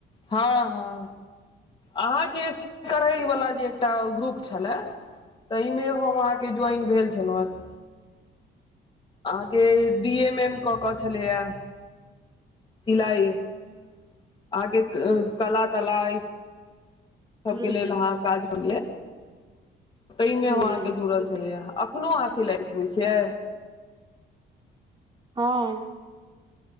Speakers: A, on the left (about 25°); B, on the right (about 25°).
A: हँ हँ। अहाँके करैवला जे एकटा ग्रुप छलए। ताहिमे हम अहाँके ज्वाइन भेल छलहुँ हेँ। अहाँके डी एम एम कऽ केऽ छलैय। सिलाई अहाँके कला तला इ सब
B: हूँ
A: के लेल अहाँ काज करलियै ताहि मे
B: हूँ
A: अहाँ के जुड़ल छलियै। एखनोहु अहाँ सिलाइ सिखबै छियै।
B: हँ।